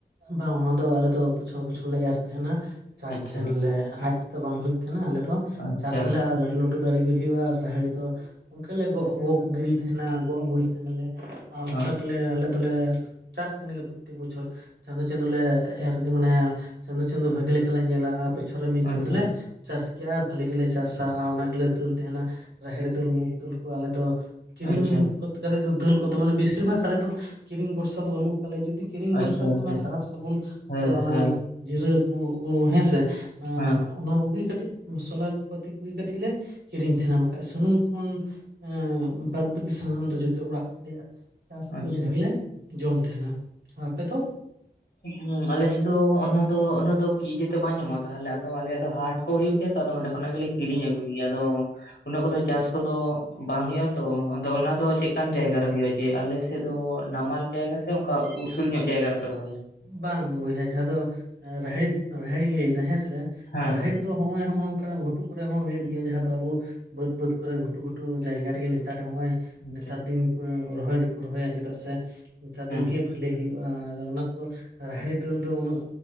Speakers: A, on the right; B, on the left.
A: ᱵᱟᱝ ᱚᱱᱟ ᱫᱚ ᱟᱞᱮ ᱫᱚ ᱵᱚᱪᱷᱚᱨ ᱵᱚᱪᱷᱚᱨ ᱞᱮ ᱮᱨ ᱛᱟᱦᱮᱱᱟ ᱾ ᱪᱟᱥ
B: ᱟᱪᱪᱷᱟ
A: ᱛᱟᱦᱮᱸᱱ ᱞᱮ ᱟᱡ ᱛᱮᱫᱚ ᱵᱟᱝ ᱦᱩᱭᱩᱜ ᱛᱟᱦᱮᱸᱱᱟ ᱟᱞᱮᱫᱚ
B: ᱟᱪᱪᱷᱟ
A: ᱪᱟᱥ ᱛᱟᱞᱮ ᱟᱨᱚ ᱞᱟᱹᱴᱩ ᱞᱟᱹᱴᱩ ᱞᱟᱹᱴᱩ ᱫᱟᱨᱮ ᱜᱮ ᱦᱩᱭᱩᱜᱼᱟ ᱟᱨ ᱨᱟᱦᱮᱲ ᱫᱚ ᱚᱱᱠᱟ ᱞᱮ ᱜᱚᱜ ᱜᱚᱜ ᱜᱤᱲᱤᱭ ᱛᱟᱦᱮᱸᱱᱟ ᱜᱚᱜ ᱟᱹᱜᱩᱭ ᱛᱟᱦᱮᱸᱱᱟᱞᱮ ᱾ ᱟᱨ ᱚᱱᱠᱟ
B: ᱚ
A: ᱜᱮᱞᱮ ᱟᱞᱮ ᱫᱚᱞᱮ ᱪᱟᱥ ᱛᱟᱦᱮᱱ ᱜᱮ ᱯᱨᱚᱛᱮᱠ ᱵᱚᱪᱷᱚᱨ ᱪᱟᱸᱫᱳ ᱪᱟᱸᱫᱳ ᱞᱮ ᱮᱨ ᱢᱟᱱᱮ ᱪᱟᱸᱫᱳ ᱪᱟᱸᱫᱳ ᱵᱷᱟᱹᱜᱤ ᱞᱮᱠᱟᱞᱮ ᱧᱮᱞᱟ ᱟᱨ ᱵᱚᱪᱷᱚᱨ ᱨᱮ ᱢᱤᱫ ᱵᱚᱪᱷᱚᱨ
B: ᱟᱪᱪᱷᱟ
A: ᱫᱚᱞᱮ ᱪᱟᱥ ᱜᱮᱭᱟ ᱵᱷᱟᱹᱞᱮ ᱜᱮᱞᱮ ᱪᱟᱥᱟ ᱟᱨ ᱚᱱᱟ ᱜᱮᱞᱮ ᱫᱟᱹᱞ ᱛᱟᱦᱮᱸᱱᱟ ᱨᱟᱦᱮᱲ ᱫᱟᱹᱞ ᱢᱩᱜᱽ ᱫᱟᱹᱞ ᱠᱚ ᱟᱞᱮ ᱫᱚ ᱠᱤᱨᱤᱧ
B: ᱟᱪᱪᱷᱟ
A: ᱠᱚ ᱠᱟᱛᱮ ᱫᱚ ᱫᱟᱹᱞ ᱠᱚᱫᱚ ᱢᱟᱱᱮ ᱵᱤᱥᱤᱨ ᱵᱷᱟᱜᱽ ᱟᱞᱮ ᱫᱚ ᱠᱤᱨᱤᱧ ᱵᱷᱚᱨᱥᱟ ᱫᱚ ᱵᱟᱹᱱᱩᱜ ᱟᱠᱟᱫ ᱞᱮᱭᱟ ᱡᱩᱫᱤ ᱠᱤᱨᱤᱧ ᱵᱷᱚᱨᱥᱟ
B: ᱟᱪᱪᱷᱟ
A: ᱨᱮᱫᱚ
B: ᱟᱪᱪᱷᱟ
A: ᱚᱱᱟ ᱥᱟᱨᱟᱯ ᱥᱟᱵᱩᱱ ᱥᱮ
B: ᱦᱮᱸ
A: ᱚᱱᱟ
B: ᱦᱮᱸ
A: ᱡᱤᱨᱟᱹ ᱠᱚ ᱦᱮᱸᱥᱮ ᱾
B: ᱦᱮᱸ
A: ᱚᱱᱟ ᱠᱚᱜᱮ ᱠᱟᱹᱴᱤᱡ ᱢᱚᱥᱞᱟ ᱯᱟᱹᱛᱤ ᱠᱚᱜᱮ ᱠᱟᱹᱴᱤᱡ ᱞᱮ ᱠᱤᱨᱤᱧ ᱛᱟᱦᱮᱸᱱᱟ ᱾ ᱵᱟᱠᱷᱟᱡ ᱥᱩᱱᱩᱢ ᱠᱷᱚᱱ ᱦᱮᱸ ᱵᱟᱫ ᱵᱟᱹᱠᱤ ᱥᱟᱱᱟᱢ ᱫᱚ ᱡᱷᱚᱛᱚ ᱚᱲᱟᱜ ᱨᱮᱭᱟᱜ ᱪᱟᱥ
B: ᱟᱪᱪᱷᱟ
A: ᱡᱤᱱᱤᱥ ᱜᱮᱞᱮ ᱡᱚᱢ ᱛᱟᱦᱮᱸᱱᱟ ᱾ ᱟᱯᱮ ᱫᱚ?
B: ᱦᱩᱸ ᱟᱞᱮ ᱥᱮᱫ ᱫᱚ ᱚᱱᱟ ᱫᱚ ᱩᱱᱟᱹᱜ ᱫᱚ ᱠᱤᱡᱮ ᱛᱮ ᱵᱟᱝ ᱧᱟᱢᱚᱜᱼᱟ ᱛᱟᱦᱚᱞᱮ ᱟᱫᱚ ᱟᱞᱮᱭᱟᱜ ᱫᱚ ᱦᱟᱴ ᱠᱚ ᱦᱩᱭᱩᱜ ᱜᱮᱭᱟ ᱛᱚ ᱟᱫᱚ ᱚᱸᱰᱮ ᱠᱷᱚᱱᱟᱜ ᱜᱮᱞᱮ ᱠᱤᱨᱤᱧ ᱟᱹᱜᱩᱭ ᱜᱮᱭᱟ ᱟᱫᱚ, ᱩᱱᱟᱹᱜ ᱠᱚ ᱫᱚ ᱪᱟᱥ ᱠᱚ ᱫᱚ ᱵᱟᱝ ᱦᱳᱭᱳᱜᱼᱟ ᱛᱚ ᱟᱫᱚ ᱚᱱᱟ ᱫᱚ ᱪᱮᱫᱠᱟᱱ ᱡᱟᱭᱜᱟ ᱨᱮ ᱦᱳᱭᱳᱜᱼᱟ ᱾ ᱡᱮ ᱟᱞᱮ ᱥᱮᱫ ᱫᱚ ᱱᱟᱢᱟᱞ ᱡᱟᱭᱜᱟ ᱥᱮ ᱚᱱᱠᱟ ᱩᱥᱩᱞ ᱧᱚᱜ ᱡᱟᱭᱜᱟ ᱨᱮᱯᱮ ᱨᱚᱦᱚᱭᱟ?
A: ᱵᱟᱝ ᱵᱚᱭᱦᱟ ᱡᱟᱦᱟᱸ ᱫᱚ ᱨᱟᱦᱮᱲ ᱨᱟᱦᱮᱲ ᱤᱧ ᱞᱟᱹᱭ ᱮᱫᱟ ᱦᱮᱸᱥᱮ
B: ᱦᱮᱸ
A: ᱨᱟᱦᱮᱲ
B: ᱦᱮᱸ
A: ᱦᱚᱸᱜᱼᱚᱭ ᱦᱚᱸᱜ ᱱᱚᱝᱠᱟᱱᱟᱜ ᱜᱷᱩᱴᱩ ᱠᱚᱨᱮ ᱦᱚᱸ ᱦᱩᱭᱩᱜ ᱜᱮᱭᱟ ᱾ ᱡᱟᱦᱟᱸ ᱫᱚ ᱟᱵᱚ ᱵᱟᱹᱫᱽ ᱵᱟᱹᱫᱽ ᱠᱚᱨᱮ ᱜᱷᱩᱴᱩ ᱜᱷᱩᱴᱩ ᱡᱟᱭᱜᱟ ᱨᱮᱜᱮ ᱱᱮᱛᱟᱨ ᱱᱚᱜᱼᱚᱭ
B: ᱟᱪᱪᱷᱟ
A: ᱱᱮᱛᱟᱨ ᱫᱤᱱ ᱨᱚᱦᱚᱭ ᱫᱚᱠᱚ ᱨᱚᱦᱚᱭᱟ ᱪᱮᱫᱟᱜ ᱥᱮ ᱱᱮᱛᱟᱨ
B: ᱦᱮᱸ
A: ᱫᱤᱱ ᱜᱮ ᱵᱷᱟᱞᱮ ᱦᱩᱭᱩᱜᱼᱟ ᱾ ᱟᱫᱚ ᱚᱱᱟ ᱟᱫᱚ ᱨᱟᱦᱮᱲ ᱫᱟᱹᱞ ᱫᱚ ᱩᱱᱟᱹᱜ